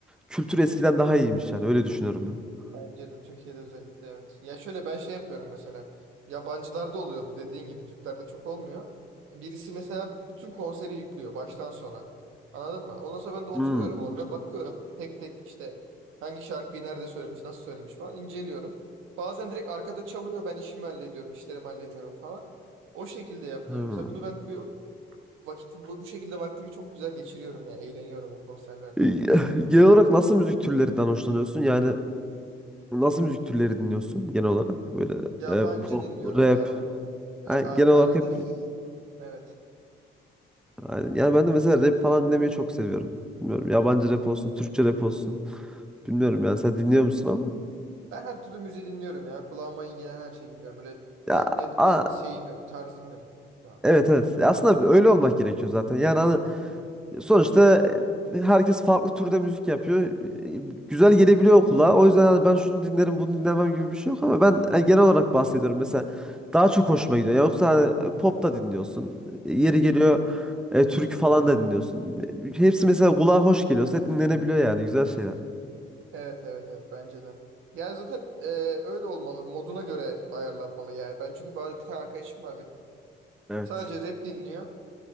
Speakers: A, in the centre; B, on the right.
A: kültürü eskiden daha iyiymiş yani öyle düşünüyorum ben.
B: Bence de Türkiye'de özellikle evet. Ya şöyle ben şey yapıyorum mesela. Yabancılarda oluyor bu dediğin gibi. Türklerde çok olmuyor. Birisi mesela bütün konseri yüklüyor baştan sona. Anladın mı? Ondan sonra ben de oturuyorum
A: Hmm.
B: orada bakıyorum. Tek tek işte hangi şarkıyı nerede söylemiş, nasıl söylemiş falan inceliyorum. Bazen direkt arkada çalıyor ben işimi hallediyorum, işlerimi hallediyorum falan. O şekilde yapıyorum.
A: Hmm.
B: Mesela bunu ben bir vakit bu, bu şekilde vaktimi çok güzel geçiriyorum ya. Eğleniyorum o konserlerde.
A: E, Genel olarak nasıl müzik türlerinden hoşlanıyorsun? Yani nasıl müzik türleri dinliyorsun genel olarak? Böyle
B: Yabancı
A: e, pop,
B: dinliyorum
A: rap.
B: ya ben. E,
A: Yani
B: alternatif.
A: genel olarak hep
B: Evet.
A: yani, yani ben de mesela rap falan dinlemeyi çok seviyorum. Bilmiyorum
B: Hı hı.
A: yabancı rap olsun, Türkçe rap olsun. Bilmiyorum yani sen dinliyor musun ama
B: Ben her türlü müziği dinliyorum ya. Kulağıma iyi gelen her şeyi dinliyorum. Böyle
A: ya
B: bir net
A: a-
B: bir şeyim yok. Tarzım yok şu anda.
A: evet evet. Ya Aslında öyle olmak gerekiyor zaten. Yani hani Sonuçta e, herkes farklı türde müzik yapıyor. E, Güzel gelebiliyor kulağa. O yüzden hani ben şunu dinlerim, bunu dinlemem gibi bir şey yok ama ben e, genel olarak bahsediyorum. Mesela daha çok hoşuma gidiyor. Yoksa hani, e, pop da dinliyorsun. E,
B: Hı
A: Yeri
B: hı.
A: geliyor e, türkü falan da dinliyorsun. E, Hepsi mesela kulağa hoş geliyorsa dinlenebiliyor yani güzel şeyler.
B: Evet evet evet bence de. Yani zaten e, öyle olmalı. Moduna göre ayarlanmalı yani. Ben çünkü bazı bir tane arkadaşım var benim.
A: Evet.
B: Sadece rap dinliyor